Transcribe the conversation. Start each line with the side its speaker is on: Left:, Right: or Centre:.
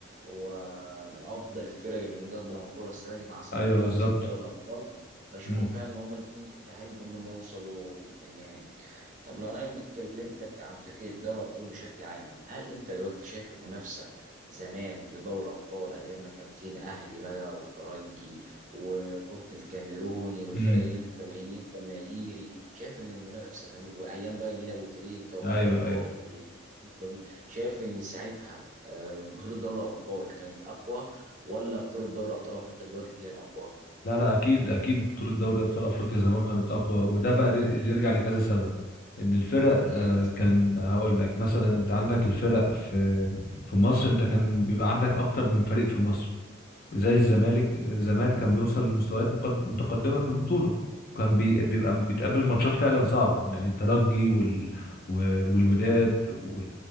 Right: هو من افضل الفرق اللي مقدمه الكره السنه دي مع سان
Left: ايوه
Right: داونز
Left: بالظبط
Right: في دوري الابطال بشوفهم
Left: مم.
Right: فعلا ان هما الاثنين يستحقوا ان هم يوصلوا النهائي طب لو انا جيت كلمتك عن فكره دوري الابطال بشكل عام هل انت دلوقتي شايف المنافسه زمان لدوري الابطال ايام ما كان فيه الاهلي بقى والترجي والقطن الكاميروني والفرق
Left: مم.
Right: اللي انت ويني انت النيجيري شايف ان المنافسه زمان وايام بقى جيل ابو تريكه وبركات
Left: ايوه ايوه
Right: وال- الفترة دي، شايف ان ساعتها آه، بطوله دوري الابطال كانت اقوى ولا بطوله دوري ابطال افريقيا دلوقتي هي الاقوى
Left: لا لا اكيد اكيد بطوله دوري ابطال افريقيا زمان كانت اقوى وده بقى ر- يرجع لكذا سبب ان الفرق آه،
Right: ليه مثلا
Left: كان هقول لك مثلا انت عندك الفرق في في مصر انت كان بيبقى عندك اكتر من فريق في مصر زي الزمالك زمان كان بيوصل لمستويات مقد- متقدمة في البطولة كان بي- بيبقى بيتقابل ماتشات فعلا صعبة يعني الترجي وال... و- والوداد وال...